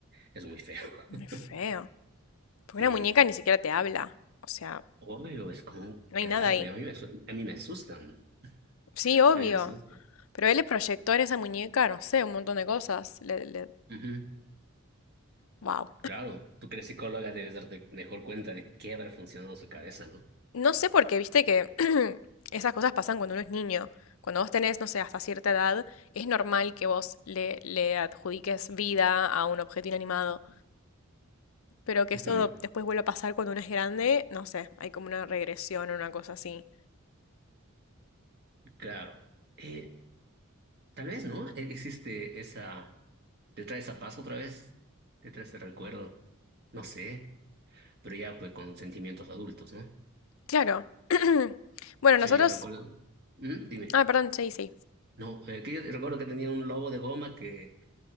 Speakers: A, on the right (about 50°); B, on the left (about 70°).
A: es muy feo.
B: muy
A: <laughs>
B: feo. Porque
A: Sí,
B: una muñeca ni siquiera te habla. O sea,
A: obvio, es como un
B: no hay
A: cadáver.
B: nada ahí.
A: A mí me, asu- a mí me asustan.
B: Sí, obvio.
A: A mí me asustan.
B: Pero él le proyectó en esa muñeca, no sé, un montón de cosas. Le, le-
A: Ujú.
B: wow.
A: Claro, tú que eres psicóloga debes darte mejor cuenta de qué habrá funcionado en su cabeza, ¿no?
B: No sé por qué, viste que <clears throat> esas cosas pasan cuando uno es niño. Cuando vos tenés, no sé, hasta cierta edad, es normal que vos le, le adjudiques vida a un objeto inanimado. Pero que
A: Ujú,
B: eso después vuelva a pasar cuando uno es grande, no sé, hay como una regresión o una cosa así.
A: Claro. Eh, tal vez, ¿no? E- Existe esa... ¿Te trae esa paz otra vez? ¿Te trae ese recuerdo? No sé, pero ya pues con sentimientos adultos, ¿no?
B: Claro. <clears throat> Bueno, nosotros...
A: Sí, yo recuerdo... ¿Mm? Dime.
B: Ah, perdón, sí, sí.
A: No, eh, que yo recuerdo que tenía un lobo de goma que